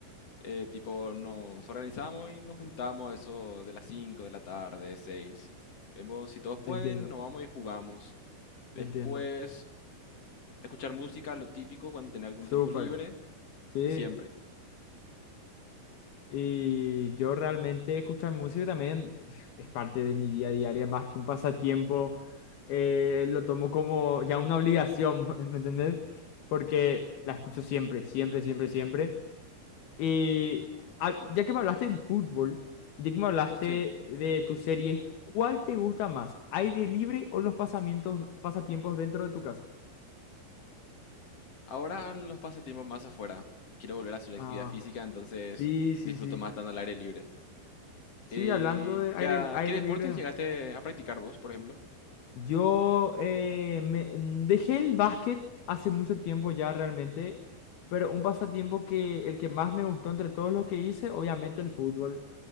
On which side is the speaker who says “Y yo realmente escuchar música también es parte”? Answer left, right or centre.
Left